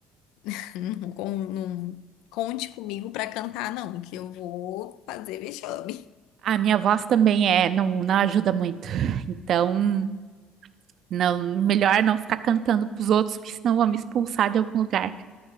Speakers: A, on the left; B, on the right.
A: <laughs> não, con- não conte comigo pra cantar, não, que eu vou fazer vexame.
B: A minha voz também é, não, não ajuda muito, então, não, melhor não ficar cantando pros outros, porque senão vão me expulsar de algum lugar.